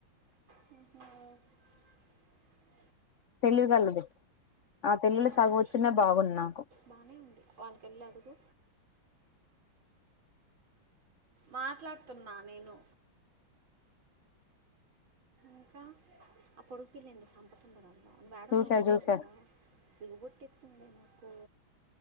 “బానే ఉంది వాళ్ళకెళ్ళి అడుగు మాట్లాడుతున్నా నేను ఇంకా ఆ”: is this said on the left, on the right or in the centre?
Right